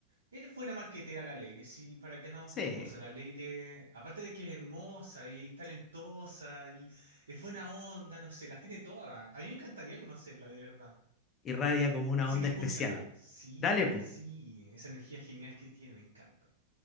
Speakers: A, on the right; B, on the left.
A: es buena marquetera la Leire, sí, para qué andamos
B: Sí,
A: con cosas, la Leire, aparte de que es hermosa y, es talentosa y es buena onda, no sé, las tiene todas, a mí me encantaría conocerla de verdad,
B: irradia como una
A: así
B: onda
A: que escúchala,
B: especial.
A: sí,
B: Dale, pues.
A: sí, esa energía genial que tiene, me encanta.